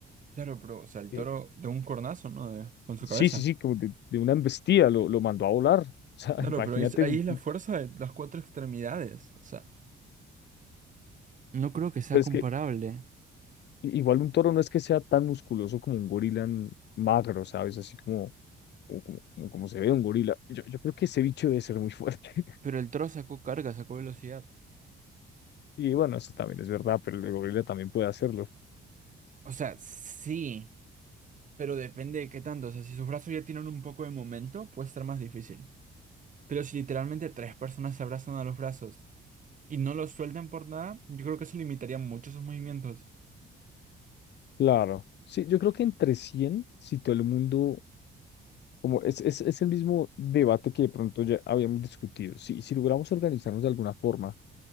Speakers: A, on the right; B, on the left.
A: Claro, pero, o sea, el
B: eh,
A: toro de un cornazo, ¿no? De- con su
B: sí,
A: cabeza.
B: sí, sí, como de, de una embestida, lo, lo mandó a volar. <laughs> O sea,
A: Claro,
B: imagínate,
A: pero ahí es, ahí
B: un
A: es la fuerza de las cuatro extremidades. O sea. No creo que sea
B: pero es
A: comparable.
B: que i- igual un toro no es que sea tan musculoso como un gorila en- magro, ¿sabes? Así como como, como- como- como se ve un gorila. Yo, yo creo que ese bicho debe ser muy fuerte. <laughs>
A: Pero el toro sacó carga, sacó velocidad.
B: Y bueno, eso también es verdad, pero el gorila también puede hacerlo.
A: O sea, sí, pero depende de qué tanto. O sea, si sus brazos ya tienen un poco de momento, puede estar más difícil. Pero si literalmente tres personas se abrazan a los brazos y no los sueltan por nada, yo creo que eso limitaría mucho sus movimientos.
B: Claro. Sí, yo creo que entre 100 si todo el mundo, como es, es, es el mismo debate que de pronto ya habíamos discutido. Si, si logramos organizarnos de alguna forma,